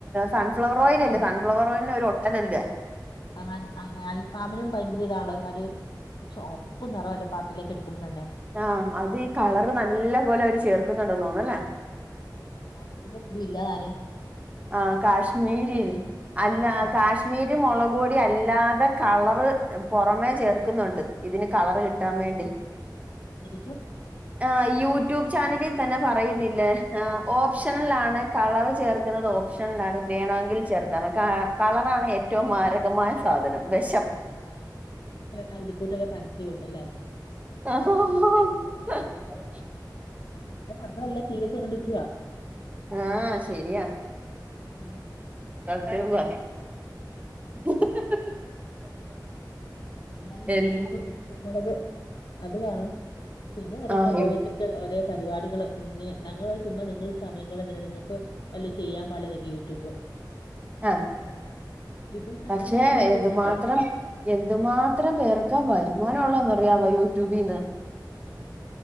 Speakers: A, on the right; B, on the left.
A: സൺഫ്ലവർ
B: അൽഫാമിന്റെ
A: ഓയിയിലല്ലേ. സൺഫ്ലവർ ഓയിയിലിന് ഒരു ഒട്ടലല്ലേ
B: ആ അ അൽഫാമിനും ഭയങ്കര ഇതാണല്ലോ അ ഒരു ചോവപ്പ് നിറവല്ലേ പാത്തിലേക്ക് എടുക്കുമ്പം തന്നെ
A: ആഹ്. അതി കളറ് നല്ല പോലെ അവര് ചേർക്കുന്നുണ്ടെന്ന് തോനുന്നു അല്ലേ
B: അതെയതെ. അയ്രി പൊത്തിരി ഇല്ല താനും
A: ആ കാശ്മീരിൽ, അല്ല
B: ഉം
A: കാശ്മീരി മുളക് പൊടി അല്ലാതെ കളർ പുറമേ ചേർക്കുന്നുണ്ട് ഇതിന് കളർ കിട്ടാൻ
B: ആഹ്
A: വേണ്ടി
B: ആയിരിക്കും
A: ആ യൂട്യൂബ് ചാനലിൽ തന്നെ പറയുന്നില്ലേ ഓപ്ഷനൽ ആണ് കളർ ചേർ ഇടുന്നത് ഓപ്ഷനൽ ആണ് വേണമെങ്കിൽ ചേർക്കണം കളറാണ് ഏറ്റവും മാരകമായ സാധനം വെഷം
B: ആഹ് എന്നിട്ട്, ആ ഇത് കൂട്ടൊക്കെ പരസ്യം ഉണ്ട്ല്ലേ
A: അഹ് ആഹാ <unintelligible>
B: ന്റെ മക്കളെല്ലാം ടിവി കണ്ടോണ്ട് ഇരിക്കുവാ
A: ആഹ് ശരിയാ
B: ഉം ഉ
A: <unintelligible>
B: എല്ലാരും
A: എൽ
B: യൂട്യൂബ് എടുത്ത് അത് കാണും പിന്നെ ഓരോ
A: ആഹ്
B: ഓരോര്ത്തര്ക്ക് ഓരേ പരിപാടികള് ഇങ്ങനെ. ഞങ്ങൾ ചുമ്മാ നിങ്ങളി സമയം കളയുന്നെന്തിനാണ്. നിങ്ങക്ക് അല്ല ചെയ്യാൻ പാടില്ലന്നൊക്കെ യൂട്യൂബ്
A: ആഹ്
B: യൂട്യൂബ് ചാനലൊക്കെണ്ടാക്കിയിട്ടുണ്ട്
A: പക്ഷെ എന്തുമാത്രം എന്തുമാത്രം പേർക്കാ വരുമാനം ഉള്ളോന്ന്റിയാവോ യൂട്യൂബിന്ന്
B: ആഹ്